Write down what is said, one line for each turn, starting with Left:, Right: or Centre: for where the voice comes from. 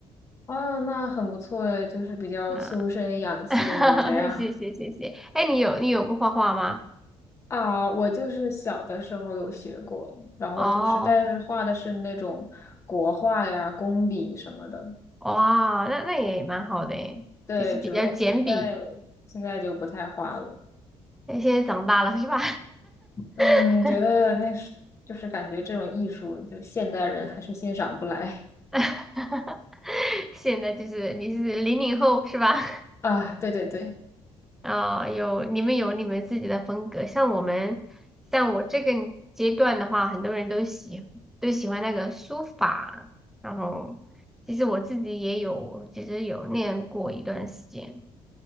Left: 啊，那很不错诶，就是比较修身养性这样。
Centre: 啊。<laughs> 谢谢谢谢，哎，你有你有过画画吗？
Left: 啊，我就是小的时候有学过，然后就是，
Centre: 哦，
Left: 但是画的是那种国画呀、工笔什么的。
Centre: 哇，那那也蛮好的诶，
Left: 对，
Centre: 就是比较简笔。
Left: 只不过现在现在就不太画了。
Centre: 现在长大了是吧？
Left: 嗯，
Centre: <laughs>
Left: 觉得那是就是感觉这种艺术，就现代人还是欣赏不来
Centre: <laughs> 现在就是你是零零后是吧？
Left: 啊。对对对，
Centre: 啊、有你们有你们自己的风格，像我们，像我这个阶段的话，很多人都喜都喜欢那个书法，然后其实我自己也有，其实有练过一段时间，